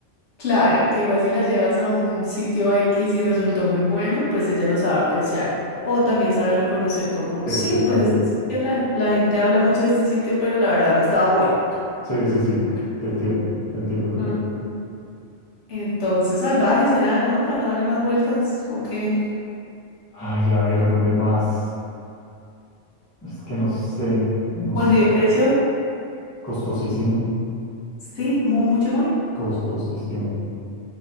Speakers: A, on the left; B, on the left.
A: Claro, que igual si la llevas a un sitio X y resultó muy bueno, pues ella lo sabe apreciar. O también sabe reconocer como,
B: Sí,
A: sí,
B: sí,
A: pues
B: también.
A: este sitio, la, la gente habla mucho de este sitio, pero la verdad no estaba bueno.
B: Sí, sí, sí, te entiendo, te entiendo perfecto.
A: Ajá. Entonces, salvaje será, ¿no? Para no darle más vueltas. o qué.
B: Ay, a ver, ¿dónde más? Es que no sé, no
A: Bueno,
B: sé.
A: ¿y de precio?
B: Costosísimo,
A: Sí, muy, mucho, muy.
B: costosísimo,